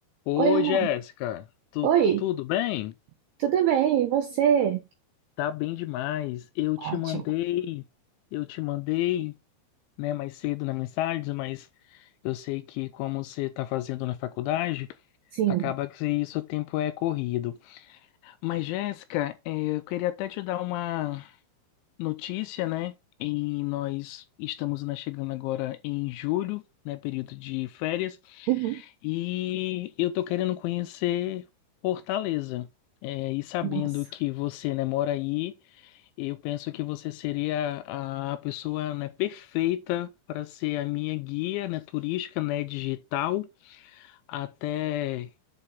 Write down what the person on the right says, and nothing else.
Oi, Rô.
Oi,
tudo bem? E você?
Ótimo.
Sim.
Uhum.
Nossa.